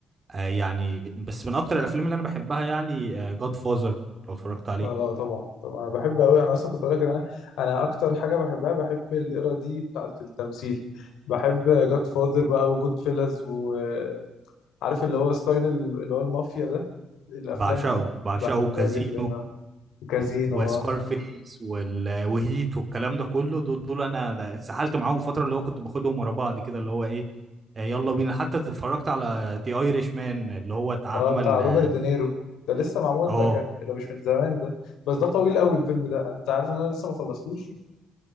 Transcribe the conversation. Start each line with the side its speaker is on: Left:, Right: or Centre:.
Right: آه يعني بس من اكتر الافلام اللي انا بحبها يعني جاد فازر لو اتفرجت عليه
Left: اه طبعا طبعا انا بحب قوي انا اصلا كنت اقول لك ان انا انا اكتر حاجه بحبها بحب الايرا دي بتاعه التمثيل بحب جاد فاذر بقى وجود فيلز وعارف اللي هو ستايل ال- اللي هو المافيا ده الافلام
Right: بعشقه
Left: دي
Right: بعشقه
Left: بحبها
Right: كازينو
Left: جدا كازينو
Right: وسكارفيس
Left: اه
Right: وال... وهيت والكلام ده كله دول دول انا ده اتسحلت معاهم فتره اللي هو كنت باخدهم ورا بعض كده اللي هو ايه آه، يلا بينا حتى اتفرجت على ذا ايرش مان اللي هو اتعمل
Left: اه بتاع روبرت
Right: اه
Left: دينيرو ده لسه معمول
Right: آه،
Left: ده كان ده مش من زمان ده بس ده طويل قوي الفيلم ده انت عارف ان انا لسه ما خلصتوش